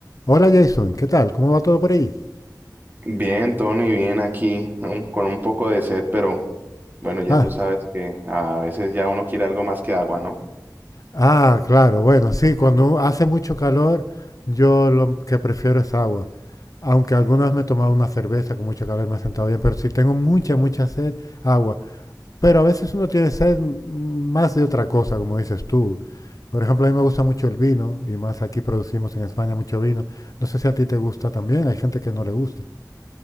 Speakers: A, on the left; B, on the right.
A: Hola Jason, ¿qué tal? ¿Cómo va todo por allí?
B: Bien, Tony, bien aquí, un- con un poco de sed, pero bueno, ya
A: Ah,
B: tú sabes que a veces ya uno quiere algo más que agua, ¿no?
A: ah, claro, bueno, sí, cuando hace mucho calor, yo lo que prefiero es agua. Aunque algunas me he tomado una cerveza con mucho calor, me ha sentado bien, pero si tengo mucha, mucha sed, agua. Pero a veces uno tiene sed mm, más de otra cosa, como dices tú. Por ejemplo, a mí me gusta mucho el vino, y más aquí producimos en España mucho vino. No sé si a ti te gusta también, hay gente que no le gusta.